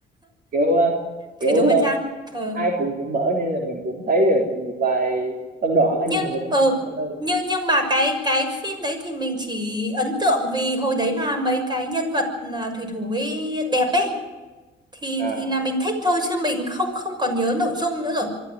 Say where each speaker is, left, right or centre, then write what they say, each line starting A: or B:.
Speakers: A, on the right (about 45°); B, on the right (about 20°).
A: kiểu ờ, kiểu
B: Thủy thủ mặt
A: ờ,
B: trăng. Ờ.
A: ai cũng cũng mở nên là mình cũng thấy được một vài phân đoạn á
B: Nhưng
A: nhưng mà mình không
B: ờ
A: không có đâu
B: nhưng nhưng mà cái cái phim đấy thì mình chỉ ấn tượng vì hồi đấy là mấy cái nhân vật à, thủy thủ ấy đẹp ấy thì
A: à
B: thì là mình thích thôi chứ mình không không còn nhớ nội dung nữa rồi.